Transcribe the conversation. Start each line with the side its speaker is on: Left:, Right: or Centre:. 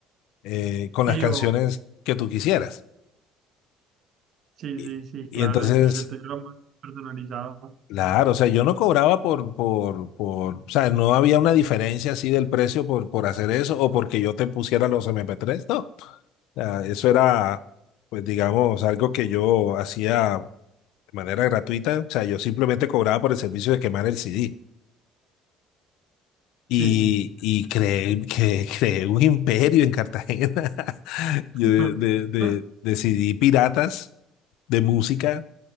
Left: eh, con
Right: Sí,
Left: las canciones
Right: o,
Left: que tú quisieras.
Right: sí,
Left: Y,
Right: sí, sí,
Left: y
Right: claro,
Left: entonces,
Right: entonces el tuyo era más personalizado.
Left: claro, o sea, yo no cobraba por, por, por, o sea, no había una diferencia así del precio por, por hacer eso o porque yo te pusiera los M P tres no. O sea, eso era, pues digamos, algo que yo hacía de manera gratuita, o sea, yo simplemente cobraba por el servicio de quemar el C D Y,
Right: Sí, sí.
Left: y creé, que creé un imperio en Cartagena <laughs> yo
Right: <laughs>
Left: de, de, de, de C D piratas de música